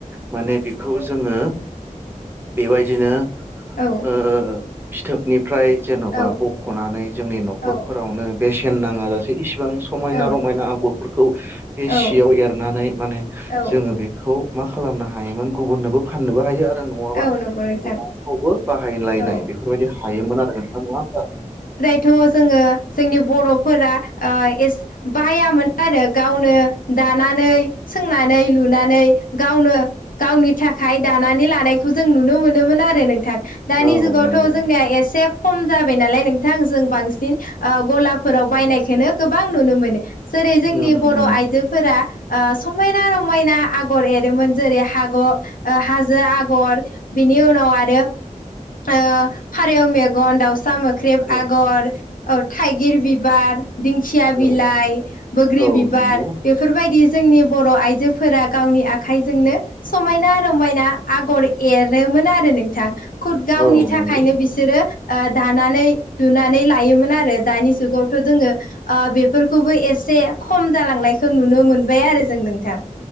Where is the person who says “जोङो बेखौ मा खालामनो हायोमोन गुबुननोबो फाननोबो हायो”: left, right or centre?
Right